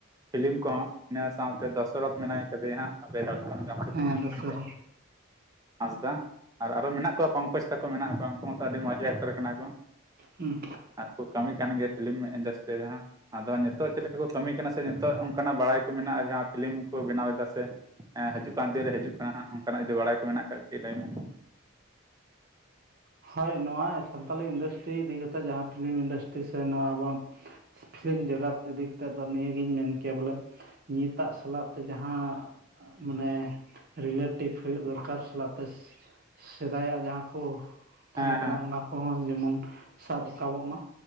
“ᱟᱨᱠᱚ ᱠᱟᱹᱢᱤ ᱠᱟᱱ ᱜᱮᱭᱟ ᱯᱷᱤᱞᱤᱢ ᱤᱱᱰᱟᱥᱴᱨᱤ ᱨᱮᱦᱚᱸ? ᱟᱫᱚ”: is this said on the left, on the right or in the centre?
Right